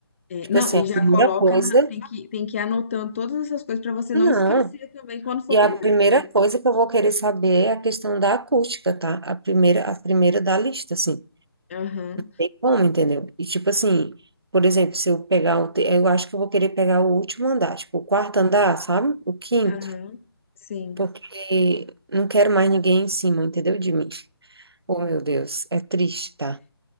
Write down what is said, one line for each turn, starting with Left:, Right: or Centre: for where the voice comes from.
Left: É,
Right: Tipo
Left: não,
Right: assim,
Left: e
Right: a
Left: já
Right: primeira
Left: coloca
Right: coisa.
Left: na. Tem que, tem que ir anotando todas essas coisas para você
Right: Não.
Left: não esquecer também quando for
Right: E a
Left: comprar,
Right: primeira
Left: né?
Right: coisa que eu vou querer saber é a questão da acústica, tá? A primeira, a primeira da lista, assim.
Left: Aham,
Right: E Como, entendeu? E tipo assim, por exemplo, se eu pegar o, te- eu acho que eu vou querer pegar o último andar, tipo o quarto andar, sabe? O quinto,
Left: aham. Sim.
Right: porque não quero mais ninguém em cima, entendeu? De mim. Oh, meu Deus, é triste, tá?